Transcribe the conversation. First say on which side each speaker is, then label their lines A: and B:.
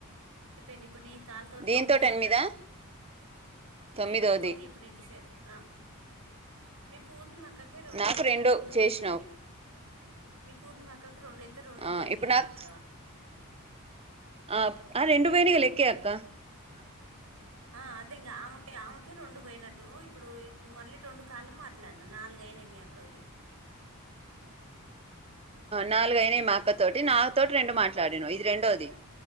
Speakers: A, on the right; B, on the right.
A: అయిపోయిను ఇప్పుడు నీ కాల్ తోటి
B: దీంతో
A: తొమ్మిదోదిరా
B: ఎనిమిదా
A: ఇీన్
B: తొమ్మిదోది
A: పట్ తోమింది ఇప్పు న ఆ మీ పూర్ణిమ అక్కకే రెండు
B: నాకు
A: చేసినా రెండు
B: చేసినావు
A: పోయినాయి మీ పూర్ణిమ అక్కకు రెండు అయితే రెండు
B: ఆ
A: పోయినాయి
B: ఇప్పుడు
A: అన్నట్రా
B: నాకు ఆ ఆ రెండు పోయినాయి లేక్కేక్క అ
A: ఆ అదేం ఆమెక ఆమెకే రెండు పోయినట్టు ఇప్పుడు ఇప్పుడు మళ్ళీ రెండు కాళ్లు మాట్లాడిన నాలుగయినా నిమియాకటి
B: నాలుగయినాయి మా అక్క తోటి నాతోటి రెండు మాట్లాడిను ఇది రెండోది